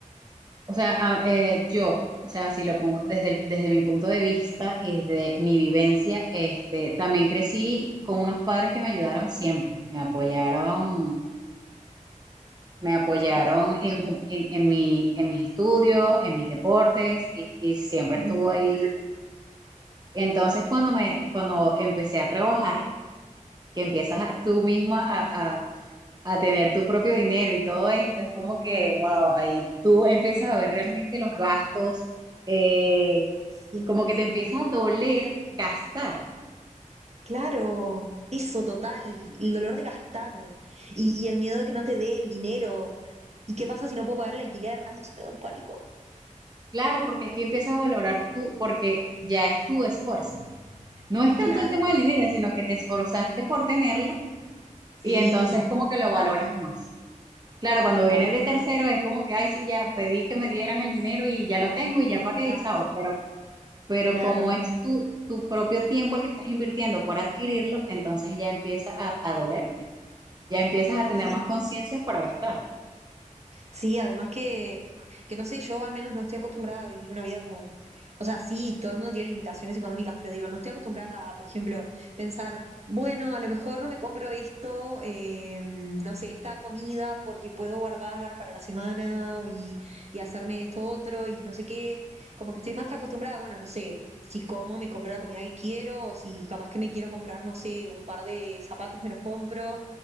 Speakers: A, on the right (about 30°); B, on the right (about 55°).
A: o sea, a- eh, yo, o sea, si lo pongo desde, el- desde mi punto de vista y desde mi vivencia, este, también crecí con unos padres que me ayudaron siempre, me apoyaron, me apoyaron
B: Súper.
A: en, en, en mi, en mis estudios, en mis deportes, y, y siempre
B: Ujú.
A: estuvo ahí. Entonces, cuando me, cuando empecé a trabajar, que empiezas a, tú misma a tener tu propio dinero y todo esto, es como que, wow, ahí tú empiezas a ver realmente los gastos, eh,
B: Sí.
A: como que te empieza a doler gastar.
B: Claro, eso total, el dolor de gastar y, y el miedo de que no te dé el dinero. ¿Y qué pasa si no puedo pagar el alquiler? Ay, eso me da un pánico.
A: Claro, porque es que empiezas a valorar tú, porque ya es tu esfuerzo. No es tanto
B: Claro,
A: el tema del dinero, sino que te esforzaste por tenerlo
B: sí,
A: y entonces como que lo valoras más. Claro, cuando
B: total.
A: viene de tercero es como que, ay, sí, ya pedí que me dieran el dinero y ya lo tengo y ya pagué
B: Y gasto,
A: y chao, pero pero
B: claro.
A: como es tu, tu propio tiempo el que estás invirtiendo por adquirirlo, entonces ya empieza a, a dolerte, ya empiezas a tener
B: sí.
A: más conciencia para gastar.
B: Sí, además que, que no sé, yo al menos no estoy acostumbrada a vivir una vida como, o sea, sí, todo el mundo tiene limitaciones económicas, pero digo, no estoy acostumbrada a, por ejemplo, pensar, bueno, a lo mejor no me compro esto, eh, no sé, esta comida porque puedo guardar para la semana y, y hacerme esto otro y no sé qué, como que estoy más acostumbrada, bueno, no sé. Si como, me compro la comida que quiero, o si capaz que me quiero comprar, no sé, un par de zapatos, me los compro.